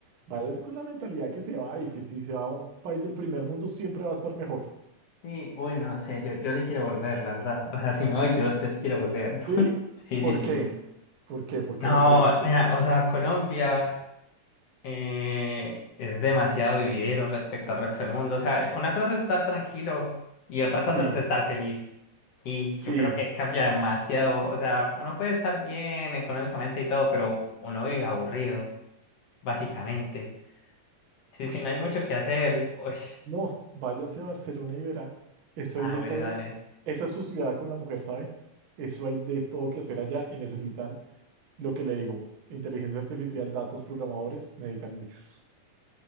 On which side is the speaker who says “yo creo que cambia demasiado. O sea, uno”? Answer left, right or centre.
Left